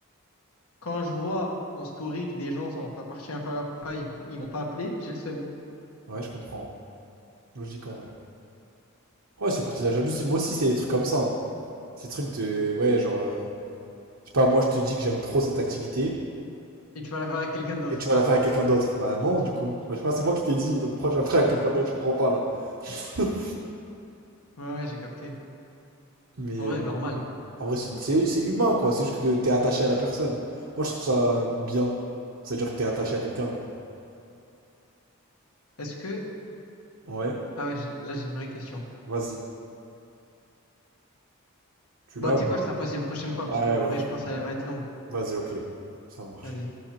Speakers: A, on the left; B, on the right.
A: Quand je vois en story que des gens sont pas partis à un five, ils m'ont pas appelé, j'ai le seum.
B: ouais, je comprends. Logique en vrai. Ouais, c'est parti de la jalousie. Moi aussi, c'est des trucs comme ça. hein. Ces trucs de, ouais, genre, euh, je sais pas, moi je te dis que j'aime trop cette activité
A: Et tu vas la faire avec quelqu'un d'autre.
B: et tu vas la faire avec quelqu'un d'autre. Bah non, du coup. Moi, je sais pas, c'est moi qui t'ai dit, donc pourquoi je la ferais avec
A: <laughs>
B: quelqu'un d'autre? Je comprends pas là. <laughs>
A: Ouais, ouais, j'ai capté.
B: Mais
A: En vrai,
B: euh,
A: c'est normal.
B: en vrai, c'est c'est- c'est humain quoi. C'est juste que t'es attaché à la personne. Moi, je trouve ça bien. C'est-à-dire que t'es attaché à quelqu'un quoi.
A: Est-ce que,
B: Ouais,
A: ah ouais, j'ai- là, j'ai une vraie question.
B: vas-y. Tu l'as
A: bah tu
B: ou
A: sais
B: pas?
A: quoi, je te la pose une prochaine fois,
B: Ouais,
A: parce qu'en
B: ouais,
A: vrai,
B: ouais.
A: je pense qu'elle va être longue.
B: Vas-y, ok. Ça marche.
A: Vas-y.